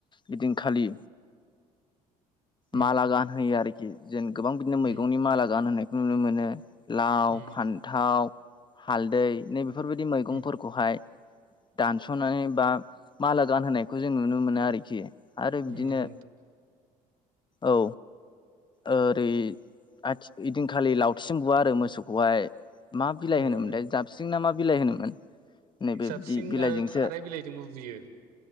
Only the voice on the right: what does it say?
उम
उम
उम
उम उम
नंगौ नोंथां
ओ नंगौ
जाबस्रिं
आरो थाराय बिलाइजोंबो बुयो।